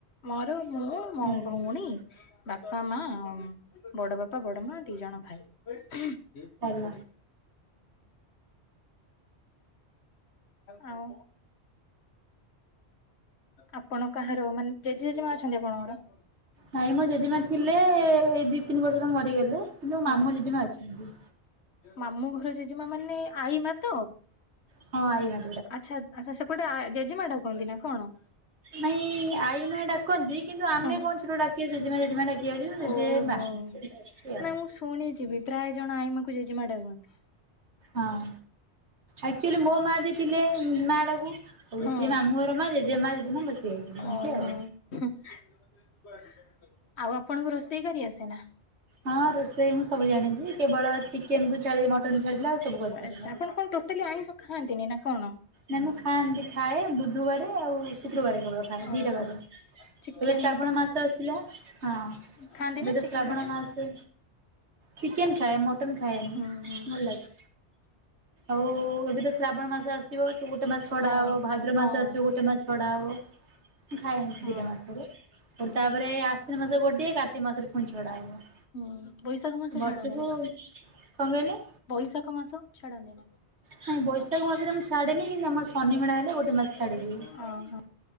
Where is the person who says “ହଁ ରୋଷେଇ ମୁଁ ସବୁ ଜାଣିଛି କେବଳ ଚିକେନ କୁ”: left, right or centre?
Right